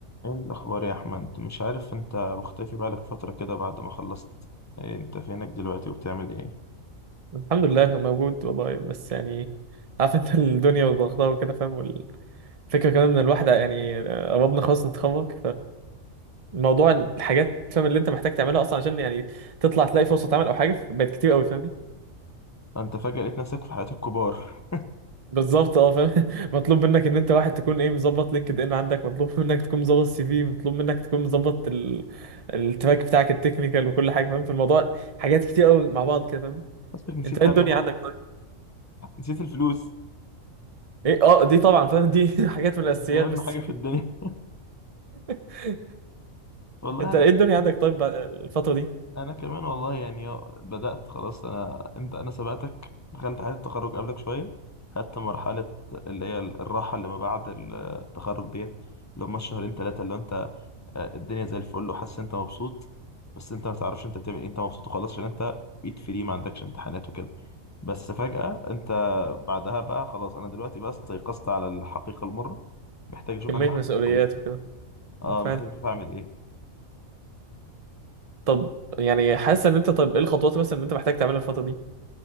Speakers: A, on the left; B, on the right.
A: ايه الاخبار يا احمد مش عارف انت مختفي بقالك فتره كده بعد ما خلصت إيه انت فينك دلوقتي وبتعمل ايه
B: الحمد لله موجود والله بس يعني عارف انت الدنيا وضغطها وكده فاهم والفكره كمان ان الواحد يعني قربنا خلاص نتخرج فالموضوع الحاجات فاهم اللي انت محتاج تعملها اصلا عشان يعني تطلع تلاقي فرصه عمل او حاجه بقت كتير قوي فاهمني
A: انت فجاه لقيت نفسك في حياه الكبار
B: بالظبط اه فاهم <laughs> مطلوب منك ان انت واحد تكون ايه مظبط لينكد ان عندك مطلوب منك تكون مظبط سي في مطلوب منك تكون مظبط ال... التراك بتاعك التكنيكال وكل حاجه فاهم في الموضوع حاجات كتير قوي مع بعض كده فاهمني
A: <laughs> نفسك نسيت
B: انت ايه
A: اهم
B: الدنيا
A: حاجه
B: عندك طيب
A: نسيت الفلوس
B: ايه اه دي طبعا فاهم دي <laughs> حاجات من الاساسيات
A: دي اهم
B: بس
A: حاجه في الدنيا
B: <laughs>
A: <laughs> والله
B: انت
A: انا
B: ايه الدنيا
A: كمان
B: عندك طيب بعد- الفترة دي
A: انا كمان والله يعني آه، بدات خلاص انا انت انا سبقتك دخلت حياه التخرج قبلك شويه خدت مرحله اللي هي الراحه اللي ما بعد التخرج ديت اللي هم الشهرين ثلاثه اللي انت آه، الدنيا زي الفل وحاسس إن انت مبسوط بس انت ما تعرفش انت بتعمل ايه انت مبسوط وخلاص عشان انت بقيت فري ما عندكش امتحانات وكده بس فجأة انت بعدها بقى خلاص انا دلوقتي بقى استيقظت على الحقيقة المرة محتاج اشوف
B: كمية
A: انا هعمل
B: مسؤوليات
A: إيه في حياتي
B: وكده
A: اه
B: فاهم
A: محتاج اشوف هعمل ايه
B: طب يعني حاسس ان انت طب ايه الخطوات مثلا اللي انت محتاج تعملها الفترة دي